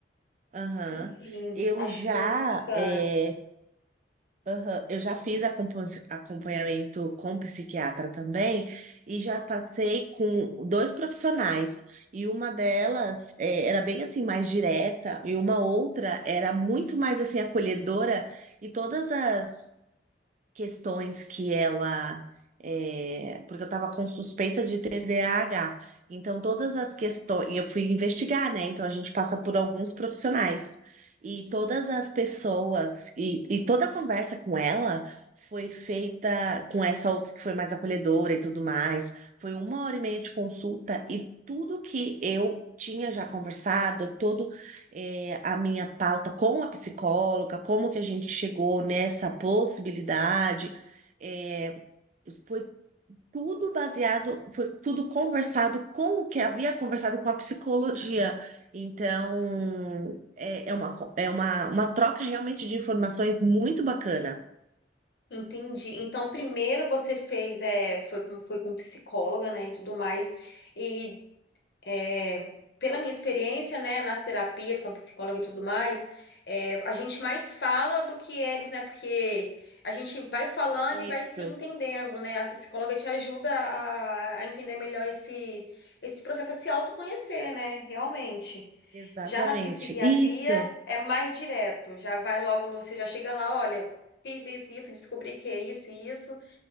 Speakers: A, on the right; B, on the left.
A: Aham.
B: Enfim,
A: Eu
B: acho
A: já
B: muito bacana.
A: é, Aham, Eu já fiz acompanha- acompanhamento com psiquiatra também e já passei com dois profissionais. E uma delas eh, era bem assim mais direta e uma outra era muito mais assim acolhedora e todas as questões que ela. é, porque eu estava com suspeita de TDAH. Então, todas as questões. E eu fui investigar, né? Então, a gente passa por alguns profissionais. E todas as pessoas. E, e toda a conversa com ela foi feita com essa outra que foi mais acolhedora e tudo mais. Foi uma hora e meia de consulta. E tudo que eu tinha já conversado, é, a minha pauta com a psicóloga, como que a gente chegou nessa possibilidade. É, foi tudo baseado, foi tudo conversado com o que havia conversado com a psicologia. Então, é, é uma, co- é uma, uma troca realmente de informações muito bacana.
B: Entendi. Então, primeiro você fez, é, foi com, foi com psicóloga, né, e tudo mais, e é, pela minha experiência, né, nas terapias com psicólogo e tudo mais, é, a gente mais fala do que eles, né, porque a gente vai falando e vai
A: Isso,
B: se entendendo, né, a psicóloga te ajuda a, a entender melhor esse, esse processo, a se autoconhecer, né, realmente.
A: exatamente.
B: Já na psiquiatria
A: Isso,
B: é mais direto, já vai logo no, você já chega lá, olha, fiz isso, isso, descobri que é isso e isso,